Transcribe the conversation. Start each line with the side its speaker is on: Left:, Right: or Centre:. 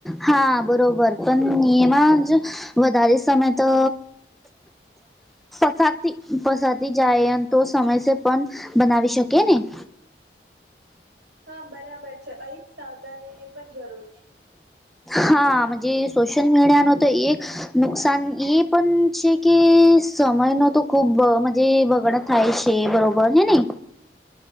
Centre: હા બરોબર પણ એમાજ વધારે સમય તો પસાતી ફસાતી જાય એમ તો સમયસે પણ બનાવી શકે ને. <inaudible>
Right: હા, બરાબર છે અહી જ સાવધાનીની પણ જરૂર છે.
Centre: હા જે સોશિયલ મીડિયા નો તો એ નુકસાન એ પણ છે કે સમય નો તો ખૂબ જે બ બગડ થાય છે બરોબર છે હેને.